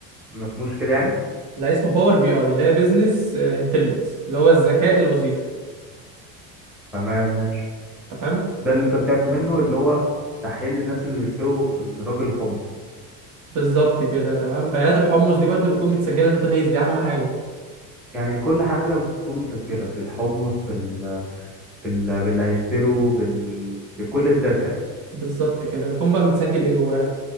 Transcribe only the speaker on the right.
لا اسمه باور بي اي اللي هي بيزنس انتليجنس اللي هو الذكاء الوظيفي
تمام
بالظبط كده تمام بيانات الحمص دي برضو بتكون متسجله في داتابيز دي اهم حاجه
بالظبط كده بيكون بقى متسجل ايه جواها